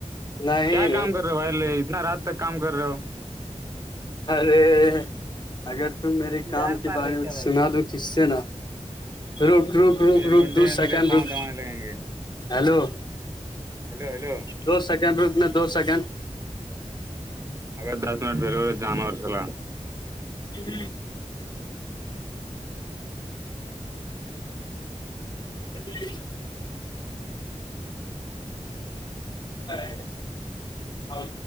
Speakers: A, on the left (about 35°); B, on the right (about 25°).
A: نہیں
B: کیا
A: رے
B: کام کر رہے ہو بھائیل اتنا رات تک کام کر رہے ہو
A: ارے اگر تم میرے
B: کدار
A: کام کے
B: پار
A: بارے
B: رہے
A: میں
B: کیا بھائی
A: سنا دو کس سے نا رک رک
B: تو
A: رک
B: یہ لونڈے
A: رک دو
B: ہیں
A: سیکنڈ
B: میرے پاؤں
A: رک
B: دوانے لگیں گے
A: ہیلو
B: ہیلو ہیلو
A: دو سیکنڈ رکنے دو سیکنڈ
B: گگر دس منٹ بیر جام وورسل
A: جی ا <inaudible> ہر